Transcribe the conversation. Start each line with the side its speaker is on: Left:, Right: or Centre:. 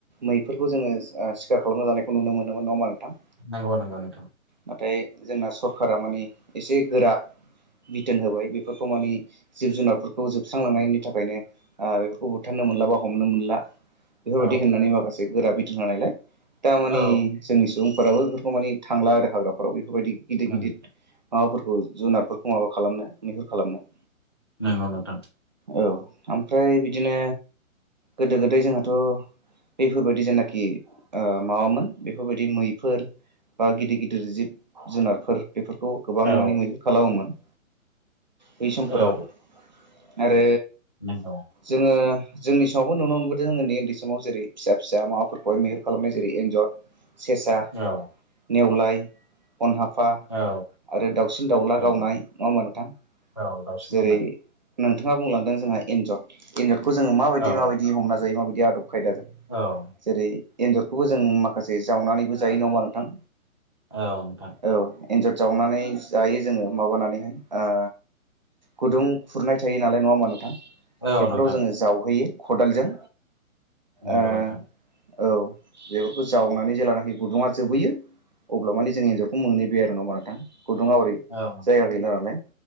Right: मैफोरखौ जोङो सिखार खालामना जानायखौ नुनो मोनोमोन नड़ा होमबा नोंथां
Left: नंगौ नंगौ नोंथां
Right: नाथाय जोंना सरखारा माने एसे गोरा बिथोन होबाय बेफोरखौ माने जिब जुनारफोरखौ जोबस्रांलांनायनि थाखायनो बेफोरखौ बुथारनो मोनला बा हमनो मोनला बेफोरबायदि
Left: औ
Right: होननानै माखासे गोरा बिथोन होनायलाय दा मानि
Left: औ
Right: जोंनि सुबुंफोराबो बेफोरखौ माने थांला आरो हाग्राफोराव बेफोरबायदि गिदिर
Left: नंगौ
Right: गिदिर माबाफोरखौ जुनारफोरखौ माबा खालामनो मैहुर खालामनो
Left: नंगौ नोंथां
Right: औ ओमफ्राय बिदिनो गोदो गोदाय जोंहाथ' बेफोरबायदि जेनाखि माबामोन बेफोरबायदि मैफोर बा गिदिर गिदिर जिब जुनारफोर बेफोरखौ गोबां
Left: औ
Right: माने मैहुर खालामोमोन बै समफोराव
Left: औ
Right: आरो
Left: नंगौ <unintelligible>
Right: जोङो जोंनि समावबो नुनो मोनबोदों उन्दै समाव जेरै फिसा फिसा माबाफोरखौहाय मैहुर खालामनाय जेरै एन्जर सेसा
Left: औ
Right: नेवलाय अन हाफा
Left: औ
Right: आरो दाउसिन दाउला
Left: नंगौ
Right: गावनाय नङा होमबा नोंथां
Left: औ दाउसिन
Right: जेरै
Left: दाउला
Right: नोंथाङा बुंलांदों जोंहा एन्जर एन्जरखौ जोङो माबायदि
Left: औ
Right: माबायदि हमना जायो माबायदि आदब खायदाजों
Left: औ
Right: जेरै एन्जरखौबो जों माखासे जावनानैबो जायो होमबा नोंथां
Left: औ नोंथां
Right: औ एन्जर जावनानै जायो जोङो माबानानैहाय ओ गुदुं खुरनाय थायो नालाय नङा होमबा नोंथां
Left: औ
Right: बेफोराव
Left: नोंथां
Right: जोङो जावहैयो खदालजों
Left: नोंगौ
Right: ओ
Left: नोंथां
Right: औ बेफोरखौ जावनानै जेलानाखि गुदुंआ जोबहैयो अब्ला मानि जों एन्जरखौ मोनैबाय आरोना नङा होमबा नोंथां गुदुंआ एरै
Left: औ
Right: जायगा गैला नालाय